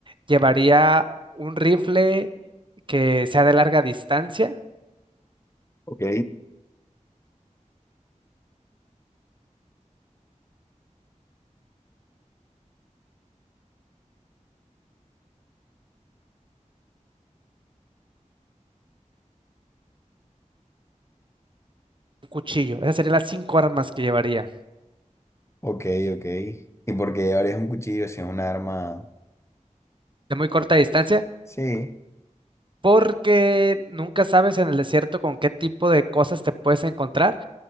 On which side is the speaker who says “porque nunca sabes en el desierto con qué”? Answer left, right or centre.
Right